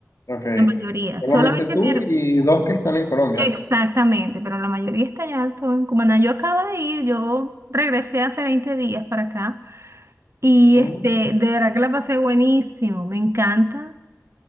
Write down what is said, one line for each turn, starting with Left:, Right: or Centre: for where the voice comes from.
Left: Okay.
Right: La mayoría.
Left: Solamente
Right: Solamente
Left: tú
Right: mi her-
Left: y dos que están en Colombia.
Right: Exactamente, pero la mayoría está allá, todo en Cumaná. Yo acabo de ir, yo regresé hace 20 días para acá y
Left: Mm,
Right: este, de verdad que la pasé buenísimo. Me encanta,